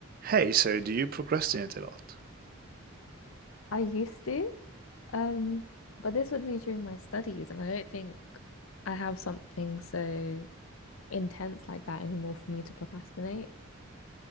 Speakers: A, on the right; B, on the left.
A: Hey, so do you procrastinate a lot?
B: I used to, um, but this would be during my studies, and I don't think I have something so intense like that anymore for me to procrastinate.